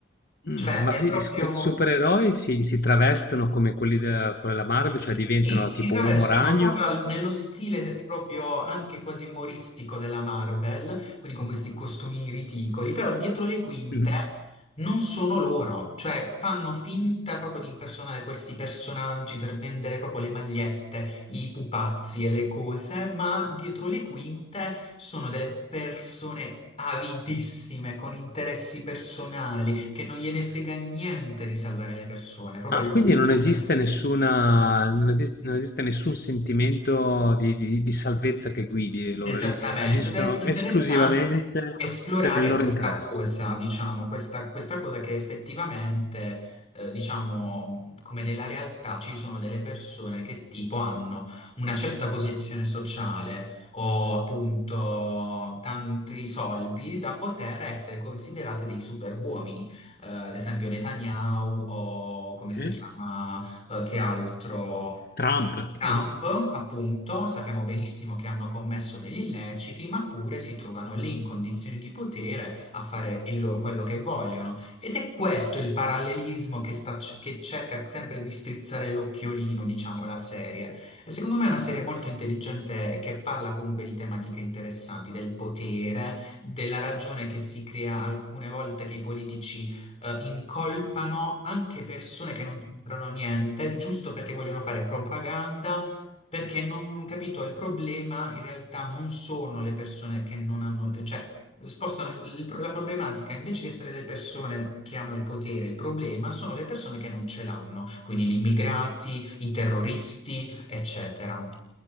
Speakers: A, on the left; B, on the left.
A: Mm,
B: Cioè
A: ma
B: è
A: questi
B: proprio...
A: questi supereroi si, si travestono come quelli della, quelli della Marvel, cioè diventano
B: Sì, si
A: tipo
B: travescono
A: uomo ragno?
B: proprio al- nello stile proprio anche quasi umoristico della Marvel, quindi con questi costumini ridicoli, però dietro le quinte
A: Mm.
B: non sono loro, cioè fanno finta proprio di impersonare questi personaggi per vendere proprio le magliette, i pupazzi e le cose, ma dietro le quinte sono delle persone avidissime, con interessi personali, che non gliene frega niente di salvare le persone, proprio
A: Ah,
B: all'ultimo
A: quindi non esiste nessuna, non esiste, non esiste nessun sentimento di, di- di salvezza che guidi loro,
B: Esattamente,
A: eh, agiscono
B: ed è interessante
A: esclusivamente
B: esplorare
A: per il loro
B: questa
A: interesse.
B: corsa, diciamo, questa, questa cosa che effettivamente, eh, diciamo, come nella realtà ci sono delle persone che tipo hanno una certa posizione sociale o appunto tanti soldi da poter essere considerate dei superuomini, Eh, ad esempio Netanyahu o come
A: Sì.
B: si chiama, eh, che altro?
A: Trump,
B: Trump,
A: eh,
B: appunto, sappiamo benissimo che hanno commesso degli illeciti, ma pure si trovano lì in condizioni di potere a fare il loro- quello che vogliono. Ed è questo il parallelismo che, sta, che cerca sempre di strizzare l'occhiolino, diciamo, la serie. E secondo me è una serie molto intelligente che parla comunque di tematiche interessanti, del potere, della ragione che si crea alcune volte che i politici eh, incolpano anche persone che non c'entrano niente, giusto perché vogliono fare propaganda, perché non capito, il problema in realtà non sono le persone che non hanno, cioè spostano il- il pro- la problematica, invece di essere le persone che hanno il potere, il problema sono le persone che non ce l'hanno, quindi gli immigrati, i terroristi, eccetera.